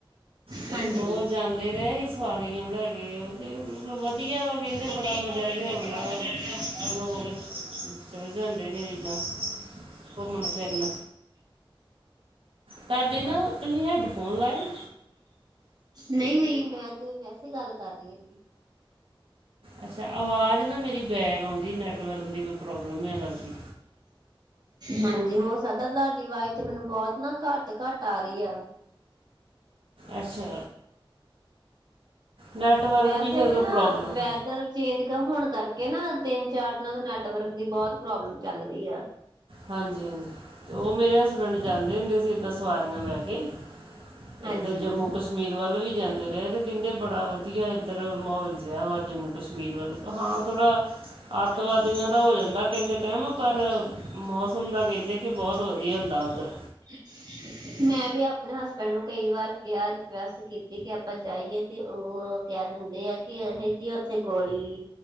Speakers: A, on the right; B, on the right.
A: ਤੇ
B: ਹਾਂਜੀ।
A: ਉਹ ਜਾਂਦੇ ਰਹੇ ਹੀ ਸਵਾਰੀਆਂ ਲੈਕੇ ਹੂੰ, ਮਤਲਬ ਵਧੀਆ ਵਾ ਕਹਿੰਦੇ
B: ਵਧੀਆ
A: ਬੜਾ ਮਜ਼ਾ
B: ਮੈਨੂੰ
A: ਜਿਹਾ
B: ਤੇ
A: ਆਉਂਦਾ
B: ਬੜਾ ਮਜ਼ਾ ਆਇਆ ਹੁੰਦਾ।
A: ਲੋਕ ਚਲ ਜਾਂਦੇ ਨੇ ਜਿੱਦਾਂ, ਘੁੰਮਣ ਫਿਰਨ ਤੁਹਾਡੇ ਨਾ ਤੁਸੀਂ ਹੈਡਫੋਨ ਲਾਏ
B: ਨਹੀ -ਨਹੀ ਮੈਂ ਤੇ ਵੈਸੇ ਗੱਲ ਕਰ ਰਹੀ
A: ਅੱਛਾ ਅਵਾਜ਼ ਨਾ ਮੇਰੀ ਬੈਗ ਆਉਂਦੀ ਨੈੱਟਵਰਕ ਦੀ ਇੱਕ ਪ੍ਰੋਬਲਮ ਲੱਗਦੀ
B: ਹਾਂਜੀ ਹੋ ਸਕਦਾ ਤੁਹਾਡੀ ਆਵਾਜ਼ ਤੇ ਮੈਨੂੰ ਬਹੁਤ ਨਾ ਘੱਟ- ਘੱਟ ਆ ਰਹੀ ਆ
A: ਅੱਛਾ ਨੈਟਵਰਕ
B: ਵੈਸੇ
A: ਦੀ ਫਿਰ
B: ਵੀ
A: ਕੋਈ
B: ਨਾ
A: ਪ੍ਰੋਬਲਮ
B: ਵੈਦਰ ਚੇਂਜ ਹੋਣ ਕਰਕੇ ਨਾ ਤਿੰਨ- ਚਾਰ ਦਿਨਾਂ ਤੋਂ ਨੈਟਵਰਕ ਦੀ ਬਹੁਤ ਪ੍ਰੋਬਲਮ ਚੱਲ ਰਹੀ ਆ
A: ਹਾਂਜੀ- ਹਾਂਜੀ, ਤੇ ਉਹ ਮੇਰੇ ਹਸਬੈਂਡ ਜਾਂਦੇ ਹੁੰਦੇ ਸੀ ਏਦਾਂ ਸਵਾਰੀਆਂ ਲੈ ਕੇ
B: ਹਾਂਜੀ।
A: ਇੱਧਰ ਜੰਮੂ-ਕਸ਼ਮੀਰ ਕਸ਼ਮੀਰ ਵੱਲ ਵੀ ਜਾਂਦੇ ਰਹੇ ਤੇ ਕਹਿੰਦੇ ਬੜਾ ਵਧੀਆ ਇੱਧਰ ਮਾਹੌਲ ਜਿਹਾ ਵਾ ਜੰਮੂ ਕਸ਼ਮੀਰ ਵੱਲ ਹਾਂ ਥੋੜ੍ਹਾ, ਅੱਤਵਾਦੀਆਂ ਦਾ ਹੋ ਜਾਂਦਾ ਕਿਸੇ ਟਾਈਮ ਪਰ ਮੌਸਮ ਦਾ ਕਹਿੰਦੇ ਸੀ ਬਹੁਤ ਵਧੀਆ ਹੁੰਦਾ ਉੱਧਰ
B: <inaudible> ਮੈਂ ਵੀ ਆਪਣੇ ਹਸਬੈਂਡ ਨੂੰ ਕਈ ਵਾਰ ਕਿਹਾ ਰਿਕੁਐਸਟ ਕੀਤੀ ਕਿ ਆਪ ਜਾਈਏ ਤੇ ਉਹ ਕਿਹ ਦਿੰਦੇ ਕੀ ਉ ਗੋਲੀ,